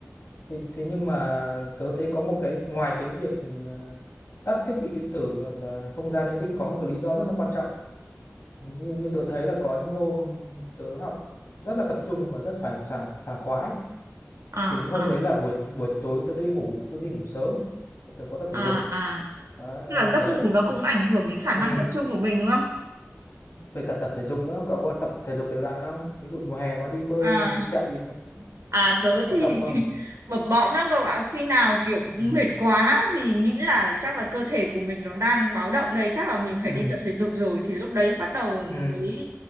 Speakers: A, on the left; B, on the right.
A: thì thế thế nhưng mà tớ thấy có một cái ngoài cái việc ờ, tắt thiết bị điện tử hoặc là không gian yên tĩnh có một cái lý do rất là quan trọng như như tớ thấy là có những hôm tớ học rất là tập trung và rất phải sảng sảng khoái
B: À
A: thì những hôm
B: à
A: đấy là buổi buổi tối tôi đi ngủ tôi đi ngủ sớm và tôi có tập thể
B: à
A: dục
B: à,
A: đấy,
B: tức
A: à,
B: là giấc
A: đấy
B: ngủ nó cũng
A: thì
B: ảnh hưởng đến khả
A: ừ.
B: năng tập trung của mình đúng không?
A: với cả tập thể dục nữa cậu có tập thể dục đều đặn không ví dụ mùa hè có đi bơi
B: À
A: hay là đi chạy gì không
B: À tớ
A: có
B: thì
A: tập không
B: <laughs> bập bõm lắm cậu ạ Khi nào kiểu mệt
A: ừ.
B: quá thì nghĩ là chắc là cơ thể của mình nó đang báo động đây Chắc là mình phải
A: Ừ.
B: đi tập thể dục rồi Thì lúc đấy bắt đầu mới
A: Ừ.